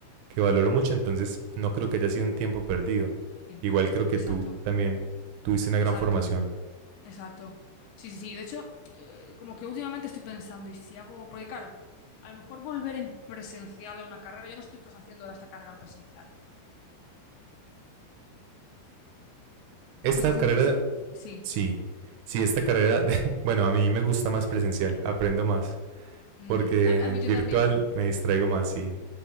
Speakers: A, on the right; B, on the left.
A: que valoro mucho, entonces no creo que haya sido un tiempo perdido.
B: Sí,
A: Igual creo que
B: exacto,
A: tú también tuviste una gran
B: exacto.
A: formación.
B: Exacto. Sí, sí, sí. De hecho, eh, como que últimamente estoy pensando, y si hago, porque claro, a lo mejor volver en presencial a una carrera, yo no estoy estás haciendo ahora esta carrera en presencial. ¿La
A: Esta
B: estás haciendo
A: carrera,
B: en presencial? Sí.
A: sí, sí, esta carrera, de- <laughs> bueno, a mí me gusta más presencial, aprendo más,
B: Mm,
A: porque
B: A, a mí
A: virtual
B: yo también.
A: me distraigo más, sí.